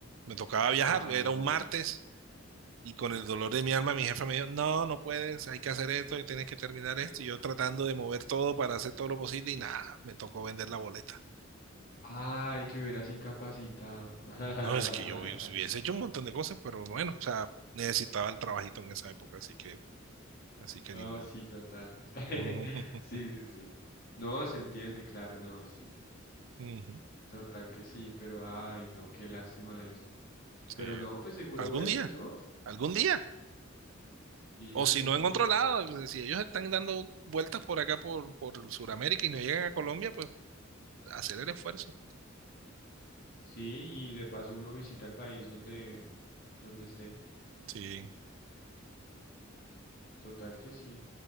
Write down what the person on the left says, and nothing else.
Ay,
no.
Ay, te hubieras incapacitado. <laughs>
No,
sí, total. <laughs>
Sí, sí, sí. No, se entiende, claro, no, sí.
Total que sí, pero ay, no, qué lástima eso.
Pero no, pues seguro
vuelve,
¿no?
Sí,
algún
día.
Sí, y de paso uno visita el país donde, donde estén.
Total que sí.